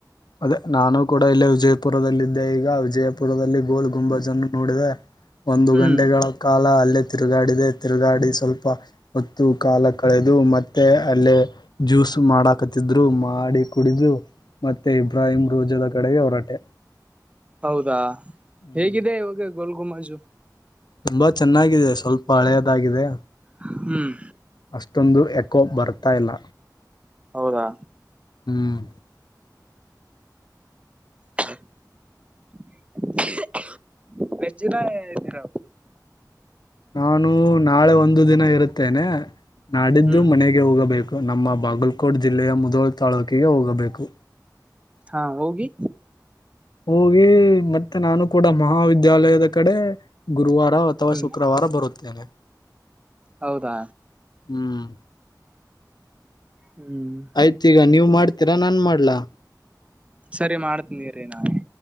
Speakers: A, on the left; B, on the right.
A: ಅದೇ ನಾನು ಕೂಡ ಇಲ್ಲೇ ವಿಜಯಪುರದಲ್ಲಿ ಇದ್ದೆ ಈಗ. ಈಗ ವಿಜಯಪುರದಲ್ಲಿ ಗೋಲ್ ಗುಂಬಜ್ ನೋಡಿದೆ ಒಂದು
B: ಹ್ಮ್
A: ಗಂಟೆಗಳ ಕಾಲ. ಕಾಲ ಅಲ್ಲೇ ತಿರುಗಾಡಿದೆ ತಿರುಗಾಡಿ ಸ್ವಲ್ಪ. ಹೊತ್ತ್ ಕಾಲ ಕಳೆದು ಮತ್ತೆ ಅಲ್ಲೇ ಜ್ಯೂಸ್ ಮಾಡಕ್. ಕತ್ತಿದ್ರು ಮಾಡಿ ಕುಡಿದು ಮತ್ತೆ ಇಬ್ರಾಹಿಂ ರೋಜದ ಕಡೆಗೆ ಹೊರಟೆ.
B: ಹೌದಾ
A: ಹ್ಮ್
B: ಹೇಗಿದೆ ಇವಾಗ ಗೋಲ್ ಗುಮಾಜು.
A: ತುಂಬಾ ಚೆನ್ನಾಗಿದೆ ಸ್ವಲ್ಪ ಹಳೆಯದಾಗಿದೆ.
B: ಹ್ಮ್.
A: ಅಷ್ಟೊಂದು ಎಕೋ ಬರ್ತಾ ಇಲ್ಲ
B: ಹೌದಾ
A: ಹ್ಮ್.
B: <unintelligible> ಎಷ್ಟು ದಿನ ಇರ್ತೀರ
A: ನಾನು ನಾಳೆ ಒಂದು ದಿನ ಇರುತ್ತೇನೆ. ನಾಡಿದ್ದು
B: ಹ್ಮ್
A: ಮನೆಗೆ ಹೋಗಬೇಕು ನಮ್ಮ ಬಾಗಲ್ಕೋಟ್ ಜಿಲ್ಲೆಯ ಮುದೋಳ ತಾಲೂಕಿಗೆ ಹೋಗಬೇಕು.
B: ಹಾ ಹೋಗಿ.
A: ಹೋಗಿ ಮತ್ತೆ ನಾನು ಕೂಡ ಮಹಾವಿದ್ಯಾಲಯದ ಕಡೆ ಗುರುವಾರ. ಅಥವಾ
B: ಹ್ಮ್
A: ಶುಕ್ರವಾರ ಬರುತ್ತೇನೆ.
B: ಹೌದಾ.
A: ಹ್ಮ್
B: ಹ್ಮ್.
A: ಆಯ್ತ್ ಈಗ ನೀವ್ ಮಾಡ್ತೀರಾ ನಾನ್ ಮಾಡ್ಲಾ.
B: ಸರಿ ಮಾಡ್ತೀನಿ ಇರೀ ನಾನೇ.